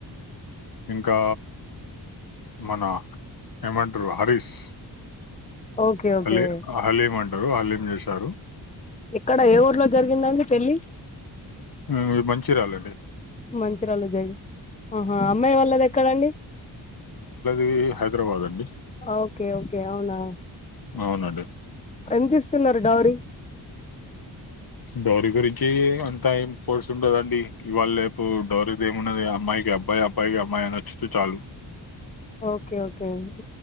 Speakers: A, on the left; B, on the left.
A: ఇంకా మన ఏమంట్రు హరీష్
B: ఓకే ఓకే
A: హాలీ హలీం అంటారు హలీం జేశారు
B: ఎక్కడ ఏ ఊర్లో జరిగిందండి పెళ్లి
A: ఉమ్మ్ ఇది మంచిర్యాలండి.
B: మంచిర్యాల జగీ ఆహ్ అమ్మాయి వాళ్ళది ఎక్కడండి.
A: ఇది హైద్రాబాదండి.
B: ఓకే ఓకే అవునా
A: అవునండి
B: ఎంత ఇస్తున్నరు డౌరీ.
A: డౌరీ గురించి అంతా ఏం ఫోర్స్ ఉండదండి ఇవాళ్ళేపు డౌరీది ఏమున్నది అమ్మాయిక్. కీ అబ్బాయబ్బాయికి అమ్మాయి నచ్చుతే చాలు.
B: ఓకే ఓకే ఉంది.